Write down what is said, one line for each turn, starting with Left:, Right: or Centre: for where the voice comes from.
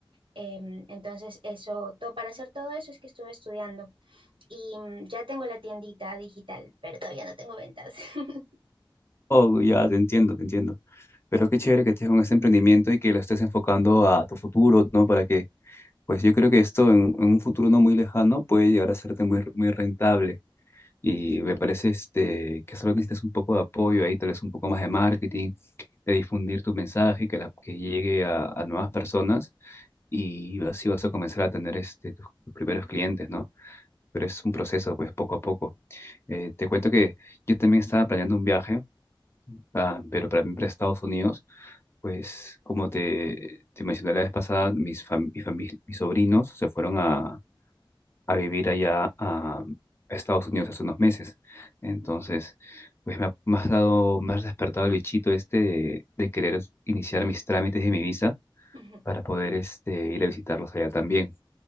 Right: Em, entonces, eso, todo, para hacer todo eso es que estuve estudiando y mm, ya tengo la tiendita digital, pero todavía no tengo ventas. <laughs>
Left: Oh, ya te entiendo, te entiendo. Pero qué chévere que estés con ese emprendimiento y que lo estés enfocando a tu futuro, ¿no? Para que, pues yo creo que esto en, en un futuro no muy lejano puede llegar a serte muy, muy rentable. Y me parece este, que solo necesitas un poco de apoyo ahí, tal vez un poco más de marketing, de difundir tu mensaje, que, la- que llegue a, a nuevas personas y así vas a comenzar a tener este, tus, tus primeros clientes, ¿no? Pero es un proceso, pues poco a poco. Eh, te cuento que yo también estaba planeando un viaje, ah, pero para mí para Estados Unidos, pues como te, te mencioné la vez pasada, mis, fam- mi fami- mis sobrinos se fueron a vivir allá a Estados Unidos hace unos meses. Entonces, pues me ha, me has dado, me has despertado el bichito este de, de querer iniciar mis trámites de mi visa
Right: Ujú.
Left: para poder este, ir a visitarlos allá también.